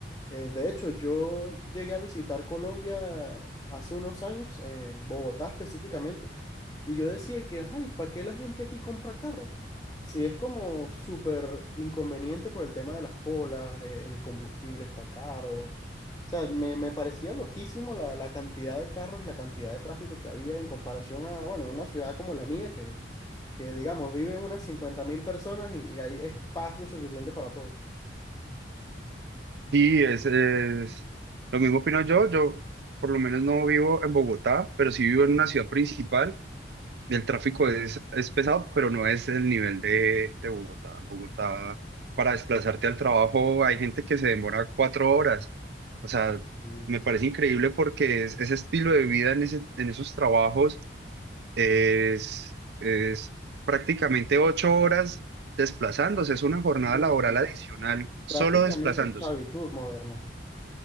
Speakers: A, on the left (about 20°); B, on the right (about 65°).
A: Eh, de hecho, yo llegué a visitar Colombia hace unos años, en Bogotá específicamente, y yo decía que, ay, ¿para qué la gente aquí compra carro? Si es como súper inconveniente por el tema de las colas, eh, el combustible está caro. O sea, me, me parecía loquísimo la, la cantidad de carros y la cantidad de tráfico que había en comparación a, bueno, una ciudad como la mía, que, que digamos, viven unas cincuenta mil personas y, y hay espacio suficiente para todos.
B: Sí, es, es- lo mismo opino yo. Yo por lo menos no vivo en Bogotá, pero sí vivo en una ciudad principal. El tráfico es, es pesado, pero no es el nivel de, de Bogotá. En Bogotá, para desplazarte al trabajo, hay gente que se demora cuatro horas. O sea,
A: Sí,
B: me parece increíble porque es- ese estilo de vida en, ese, en esos trabajos es, es prácticamente ocho horas desplazándose. Es una jornada
A: Sí,
B: laboral
A: sí,
B: adicional solo
A: Prácticamente
B: desplazándose.
A: esclavitud moderna.